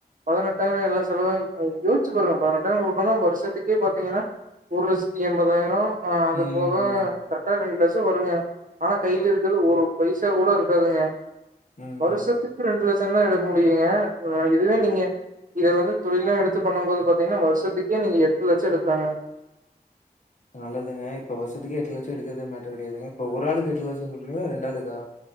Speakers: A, on the right; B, on the left.
A: பதினெட்டாயிரம் எல்லா செலவையு இப்ப யோசிச்சு பாருங்க பதினெட்டாயிரம் உங்களுகுன்னா வருஷத்துக்கே பாத்தீங்கன்னா ஒரு லட்சத்தி எம்பதாயிரோ ஆ அது
B: ம்.
A: போக கரெக்டா ரெண்டு லட்சம் வருங்க ஆனா கைல இருக்கறது ஒரு பைசா கூட இருக்காதுங்க
B: ம்.
A: வருஷத்துக்கு ரெண்டு லட் சந்தா இருக்க முடியுங்க நாளக்கி இதுவே நீங்க இத வந்து தொழிலா எடுத்து பண்ணம் போது பாத்தீங்கன்னா வருஷத்துக்கே நீங்க எட்டு லட்ச எடுக்கலாங்க
B: நல்லதுங்க இப்ப வருசத்துக்கு எட்டு லட்சம் எடுக்கறது மேட்டரு கிடையாதுங்க இப்ப ஒரு ஆளுக்கு எட்டு லட்சம் சொல்றீங்களா ரெண்டு ஆளுக்கா